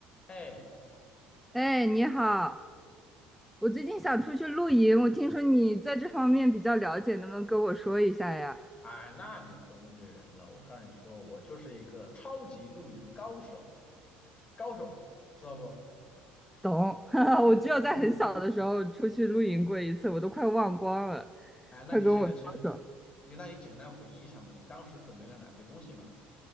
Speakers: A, on the left (about 30°); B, in the centre.
A: 哎，
B: 哎，你好，我最近想出去露营，我听说你在这方面比较了解，能不能跟我说一下呀？
A: 哎，那你可问对人了。我告诉你说，我就是一个超级露营高手，高手，知道不？
B: 懂，<laughs>
A: 嗯嗯嗯。
B: 我只有在很小的时候出去露营过一次，我都快忘光了，
A: 哎，那你现在去，
B: 快跟我说说。
A: 你那你简单回忆一下嘛，你当时准备了哪些东西嘛？